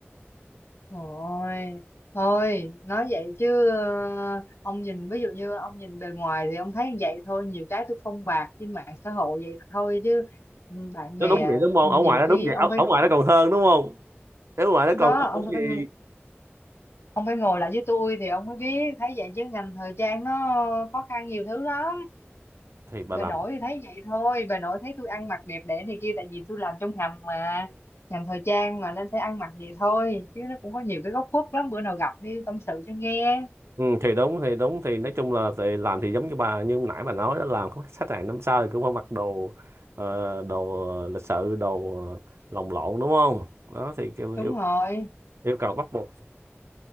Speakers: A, on the left; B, on the right.
A: Thôi, thôi, nói vậy chứ ờ, ông nhìn ví dụ như ông nhìn bề ngoài thì ông thấy vậy thôi, nhiều cái tôi phong bạt trên mạng xã hội vậy thôi chứ ừ, bạn
B: nó
A: bè
B: đúng vậy
A: ừ,
B: đúng không
A: nhiều
B: ở ngoài nó
A: khi
B: đúng vậy
A: ông
B: ở,
A: phải
B: ở ngoài nó còn hơn đúng không ở ngoài nó còn
A: có ông
B: cái gì
A: phải ông phải ngồi lại với tôi thì ông mới biết thấy vậy chứ ngành thời trang nó khó khăn nhiều thứ lắm.
B: thì bà
A: Bà
B: làm
A: nội thì thấy vậy thôi, bà nội thấy tôi ăn mặc đẹp đẽ thì kia tại vì tôi làm trong ngành mà ngành thời trang mà nên phải ăn mặc vậy thôi chứ nó cũng có nhiều cái góc khuất lắm bữa nào gặp đi tâm sự cho nghe.
B: ừ, thì đúng thì đúng thì nói chung là thì làm thì giống như bà như nãy bà nói đó làm có khách hàng năm sau thì cũng phải mặc đồ ờ, đồ lịch sự đồ ờ, lồng lộn đúng không đó thì kêu-
A: Đúng
B: yêu
A: rồi.
B: cầu, yêu cầu bắt buộc